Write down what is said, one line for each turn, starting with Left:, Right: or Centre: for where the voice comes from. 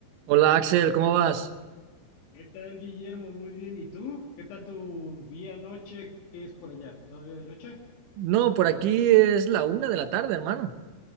Right: Hola Axel, ¿cómo vas?
Left: ¿Qué tal, Guillermo? Muy bien. ¿Y tú? ¿Qué tal tu día, noche? ¿Qué es por allá? ¿Todavía de noche?
Right: No, por aquí es la una de la tarde, hermano.